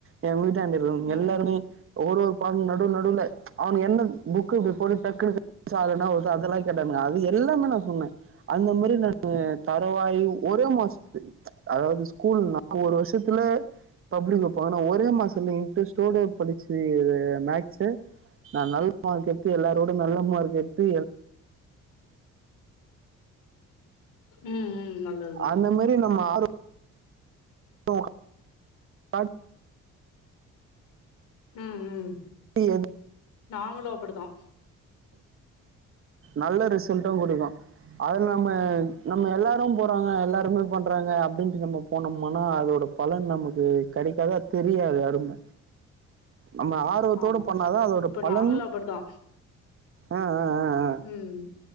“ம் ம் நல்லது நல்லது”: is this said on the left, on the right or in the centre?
Left